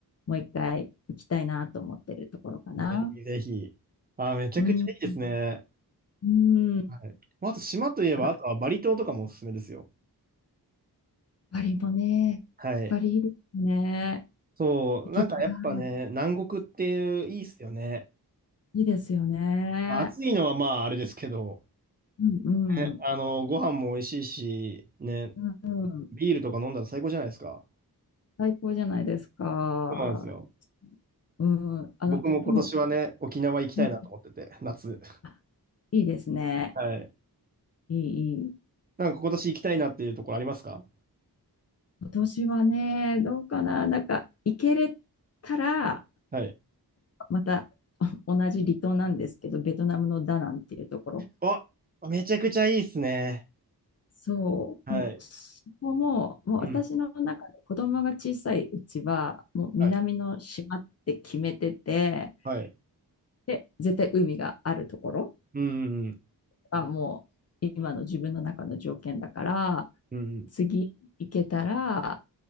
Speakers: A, on the left; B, on the right.
A: もう一回行きたいなと思ってるところかな。
B: ぜひぜひ。ああ、めちゃくちゃいいですね。
A: うん、うん、
B: はい。まああと、島といえば、
A: だか
B: あとはバリ島とかもおすすめですよ。
A: パリもね、
B: はい。
A: パリいいですね。
B: そう、
A: 行きたい。
B: なんかやっぱね、南国っていいっすよね。
A: いいですよね。
B: 暑いのはまああれですけど、
A: うん
B: ね、
A: うん。
B: あの、ご飯も美味しいし、ね、
A: うんうん。
B: ビールとか飲んだら最高じゃないですか。
A: 最高じゃないですか。
B: そうなんですよ。
A: うん。あの、
B: 僕も今年はね、
A: でも、
B: 沖縄行きたいなと思ってて、
A: うん
B: 夏。
A: あいいですね。
B: はい。
A: いい、いい。
B: なんか今年行きたいなっていうところありますか
A: 今年はね、どうかな。なんか、行けれたら、
B: はい。
A: また <laughs> 同じ離島なんですけど、ベトナムのダナンっていうところ、
B: あ、めちゃくちゃいいっすね。
A: そう、
B: はい。
A: もうそこも、もう私の中で子供が小さいうちは、
B: うん。
A: もう南の島って決めてて、
B: はい。はい。
A: で、絶対海があるところ
B: うん。うん。
A: がもう今の自分の中の条件だから、
B: うん。
A: 次行けたら、